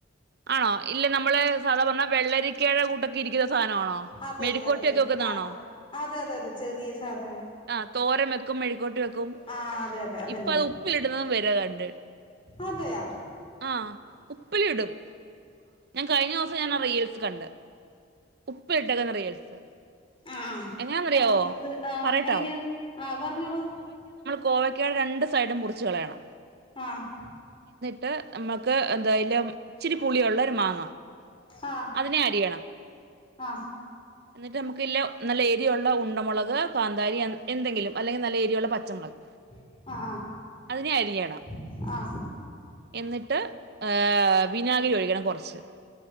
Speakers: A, on the right (about 55°); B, on the left (about 30°).
A: ആണോ ഇല്ല നമ്മള് സാധാ പറഞ്ഞ വെള്ളരിക്കടെ കൂട്ട ഇരിക്കുന്ന സാനാണോ
B: അതെ
A: മെഴിക്കോട്ടി
B: അതെ അതെ
A: ഒക്കെ വെക്കുന്നാണോ
B: അതെ ആ അതെ അതെ അതെ ചെറിയ സാധനം
A: ആ തോരൻ വെക്കും മെഴിക്കോട്ടി വെക്കും
B: ആ അതെ അതെ അതന്നെ
A: ഇപ്പൊ അത് ഉപ്പിലിടുന്നതും വെര കണ്ട്
B: അതെയാ
A: ആഹ് ഉപ്പിലിടും ഞാൻ കഴിഞ്ഞൂസം ഞാൻ റീൽസ് കണ്ട് ഉപ്പ് ഇട്ട്ക്കന്ന റീൽസ്
B: ആഹ്
A: എങ്ങനാന്നറിയാവോ
B: ആഹ് ആഹ് അത് ആഹ്
A: പറയട്ടാവോ
B: എങ്ങനിയത് ആഹ് പറഞ്ഞോളൂ
A: കോവയ്ക്കടെ രണ്ട് സൈഡും മുറിച്ച് കളയണം
B: ആഹ്
A: ട്ട് മ്മക്ക് എ ന്താ അയ്ലം ഇച്ചിരി പുളിയുള്ള ഒരു മാങ്ങ
B: ആ
A: അതിനെ അരിയണം
B: ആ
A: എന്നിട്ട് നമുക്ക് യില് നല്ല എരിയൊള്ള ഉണ്ടമുളക് കാന്താരി അ എന്തെങ്കിലും അല്ലെങ്കി നല്ല എരിയുള്ള പച്ചമുളക്
B: ആ
A: അതിനെ അരിയണം
B: ആ ആ
A: എന്നിട്ട് ങ് വി വിനാഗിരി ഒഴിക്കണം കൊറച്ച്